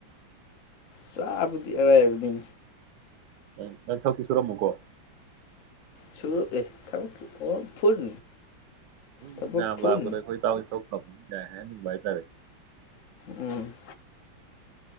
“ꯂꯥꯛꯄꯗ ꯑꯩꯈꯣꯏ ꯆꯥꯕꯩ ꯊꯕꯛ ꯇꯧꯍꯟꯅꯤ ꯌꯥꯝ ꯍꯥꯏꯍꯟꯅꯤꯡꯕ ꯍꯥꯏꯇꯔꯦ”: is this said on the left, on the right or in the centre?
Right